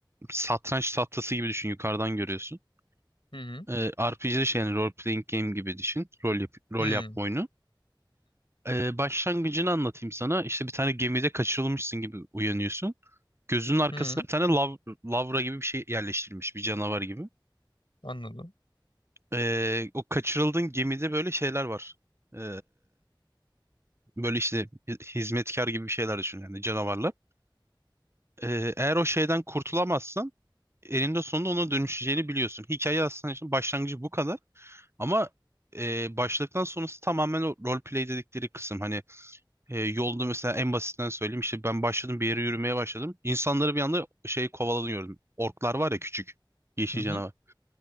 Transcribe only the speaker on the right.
satranç tahtası gibi düşün yukarıdan görüyorsun.
Ee, RPG şey yani role playing game gibi düşün. Rol, yap- rol
yapma oyunu. Ee, başlangıcını anlatayım sana. İşte bir tane gemide kaçırılmışsın gibi uyanıyorsun. Gözünün arkasına
bir tane lav- lavra gibi bir şey yerleştirilmiş bir canavar gibi.
Ee, o kaçırıldığın gemide böyle şeyler var. Ee, böyle işte hizmetkar gibi bir şeyler düşün yani canavarlar. Ee, eğer o şeyden kurtulamazsan eninde sonunda ona dönüşeceğini biliyorsun. Hikaye aslında işte başlangıcı bu kadar. Ama e, başladıktan sonrası tamamen o role play dedikleri kısım. Hani e, yolda mesela en basitinden söyleyeyim işte ben başladım bir yere yürümeye başladım. İnsanları bir anda şey kovalanıyordum. Orklar var ya küçük yeşil
canavar.